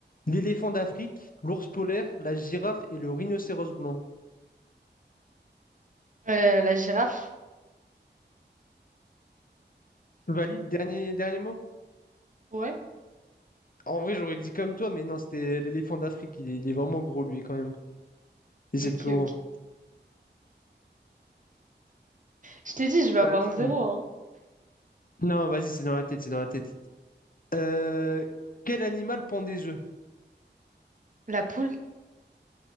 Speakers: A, on the left (about 50°); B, on the right (about 45°).
A: L'éléphant d'Afrique, l'ours polaire, la girafe et le rhinocéros blanc.
B: Euh, la girafe.
A: Valide, dernier, dernier mot?
B: Ouais,
A: En vrai, j'aurais dit comme toi, mais non, c'était l'éléphant d'Afrique. Il est, il est vraiment gros, lui, quand même. Et c'est
B: ok,
A: le plus grand.
B: ok. Je t'ai dit, je vais avoir
A: Euh,
B: zéro, hein.
A: non, vas-y, c'est dans la tête, c'est dans la tête. Euh, quel animal pond des œufs?
B: La poule,